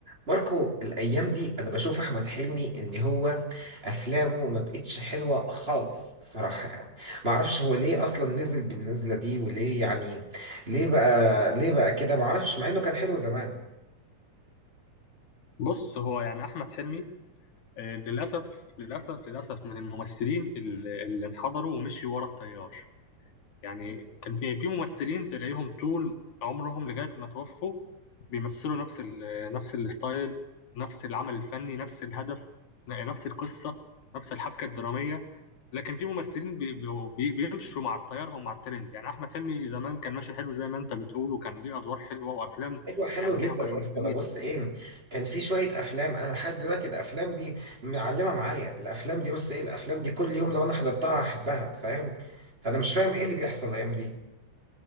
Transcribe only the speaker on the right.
ماركو الايام دي انا بشوف احمد حلمي ان هو افلامه ما بقتش حلوه خالص الصراحه يعني ما اعرفش هو ليه اصلا نزل بالنزله دي وليه يعني ليه بقى ليه بقى كده ما اعرفش مع انه كان حلو زمان
ايوه حلو
جدا
يا اسطى
ده بص ايه كان في شويه افلام انا لحد دلوقتي الافلام دي معلمه معايا الافلام دي بص ايه الافلام دي كل يوم لو انا حضرتها هحبها فاهم فانا مش فاهم ايه اللي بيحصل الايام دي